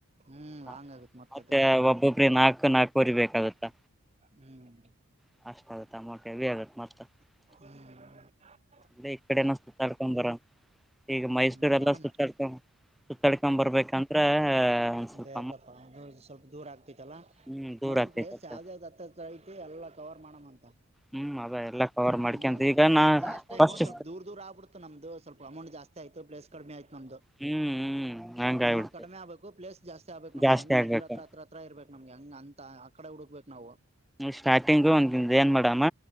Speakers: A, on the right (about 30°); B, in the centre.
A: ಹ್ಮ್
B: ಹ
A: ಲಾಂಗ್ ಆಗತ್ ಮತ್ತ
B: ಮತ್ತೆ
A: ಅದಕ್ಕೆ
B: ಒಬ್ಬೊಬ್ಬ್ರ ನಾಲ್ಕು ನಾಲ್ಕ ರಿ ಬೇಕಾಗುತ್ತಾ
A: ಹ್ಮ್
B: <inaudible>
A: ಹ್ಮ್
B: ಅ ಇ ಕಡೆ ನತ ತಲ್ಕಂಬರ ಈಗ ಮೈಸೂರೆಲ್ಲ
A: ಹ್ಮ್ ನೋಡೋಣ
B: ಸುತ್ತಾಡ್ಕೊ ಸುತ್ತಾಡ್ಕೊ ಬರ್ಬೇಕಂದ್ರ ಅನ್ಸುತ್ತ
A: ಬೇಕಪ್ಪ ಸ್ವಲ್ಪ ದೂರ ಆಗ್ತಿತ್ತಲ್ಲಾ
B: ಹ್ಮ್ ದೂರ
A: ನೋಡ
B: ಆಗ್ತೈತತ್ತ
A: ಪ್ಲೇಸ್ ಯಾವ್ದ ಯಾವ್ದ್ ಐತಿ ಎಲ್ಲಾ ಕವರ್ ಮಾಡಮ್ಮ ಅಂತ
B: ಹ್ಮ್ ಅದ ಎಲ್ಲಾ ಕವರ್ ಮಾಡ್ಕಂತ
A: ಹ್ಮ್
B: ಈಗ ನಾ
A: ಲಾಸ್ಟ್ ಟೈಮ್
B: ಫಸ್ಟ್
A: ಸ್ವಲ್ಪ ದೂರ್ ದೂರ ಆಗ್ಬಿ ನಮ್ದ ಸ್ವಲ್ಪಮೌಟ್ ಜಸ್ತಿ ಆಯ್ ಪಲೇ ಕಮ ಆಯತ ನ್ದು
B: ಹ್ಮ್ ಹ್ಮ್ ಹಂಗ
A: ಅಮೌಂಟ್
B: ಆಗ್ಬಿಡ್ತೆ
A: ಕಡಿಮೆ ಆಗ್ಬೇಕು ಪ್ಲೇಸ್ ಆಗ್ಬೇಕ ನಮ್ಗೆ
B: ಜಾಸ್ತಿ
A: ಅಂದ್ರೆ
B: ಆಗ್ಬೇಕು
A: ಹತ್ರ ಹತ್ರ ಇರ್ಬೇಕ ನಮ್ಗೆ ಹಂಗ ಅಂತ ಆ ಕಡೆ ಹುಡುಕ್ಬೇಕು ನಾವು
B: ಸ್ಟಾರ್ಟಿಂಗು ಒಂದ ಏನ್ ಮಾಡಡಮ್ಮ